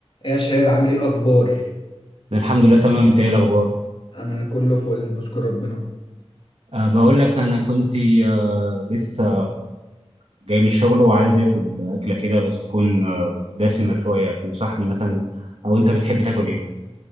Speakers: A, on the left; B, on the right.
A: يا شباب عامل ايه الاخبار
B: الحمد لله تمام انت ايه الاخبار
A: انا كله فل نشكر ربنا
B: أه بقول لك انا كنت أه لسه جاي من الشغل وعايز اكل اكله كده بس تكون أه دسمه شويه تنصحني مثلا او انت بتحب تاكل ايه